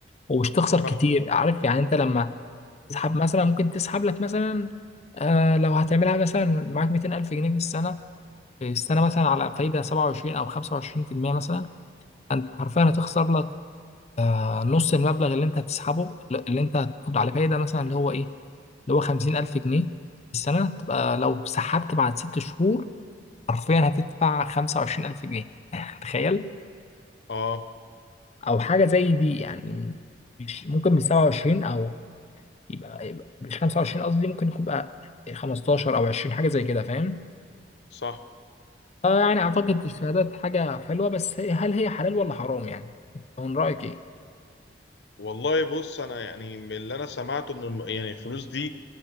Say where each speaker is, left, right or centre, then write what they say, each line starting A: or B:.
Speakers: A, on the left; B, on the left.
A: ومش تخسر
B: صح
A: كتير عارف يعني انت لما تسحب مثلا ممكن تسحب لك مثلا آه لو هتعملها مثلا معاك 200000 جنيه في السنة في السنة مثلا على فايدة 27 أو 25% مثلا أنت حرفيا هتخسر لك آه، نص المبلغ اللي أنت هتسحبه اللي أنت هتاخد عليه فايدة مثلا اللي هو إيه اللي هو 50000 جنيه في السنة تبقى لو سحبت بعد ست شهور حرفيا هتدفع 25000 جنيه <laughs> تخيل
B: اه
A: أو حاجة زي دي يعني مش ممكن من 27 أو يبقى, يبقى مش 25 قصدي ممكن يكون بقى 15 أو 20 حاجة زي كده فاهم
B: صح
A: آه يعني أعتقد الشهادات حاجة حلوة بس هي- هل هي حلال ولا حرام يعني؟ من رأيك إيه؟
B: والله بص انا يعني من اللي انا سمعته ان الم- يعني الفلوس دي